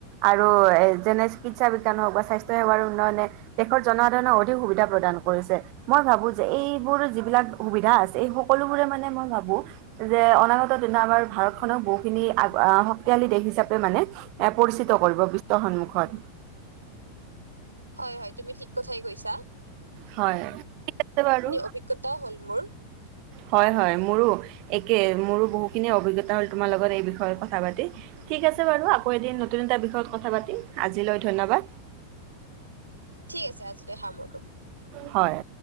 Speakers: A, on the right; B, on the right.
A: আৰু এ যেনে চিকিৎসা বিজ্ঞান হওক বা স্বাস্থ্যৰ সেৱাৰ উন্নয়নে, দেশৰ জনসাধাৰণে অধিক সুবিধা প্ৰদান কৰিছে, মই ভাবো যে এইবোৰ যিবিলাক <unintelligible> সুবিধা আছে এই সকলোবোৰে মানে মই ভাবো, যে অনাগত দিনা আমাৰ ভাৰতখনক বহুখিনি শক্তিশালী দেশ হিচাপে মানে, এ পৰিচিত কৰিব বিশ্বৰ সন্মুখত।
B: হয়, হয়, তুমি ঠিক কথাই কৈ ছা।
A: হয়, ঠিক আছে বাৰু,
B: অভিজ্ঞতাও হ'ল মোৰ
A: হয় হয় মোৰো একে মোৰো বহুখিনি অভিজ্ঞা এটা হল তোমাৰ লগত এই বিষয়ত কথা পাতি ঠিক আছে বাৰু আকৌ এদিন নতুন এটা বিষয়ত কথা পাতিম আজিলৈ ধন্যবাদ
B: ঠিক আছে আজিলৈ সামৰো
A: হয়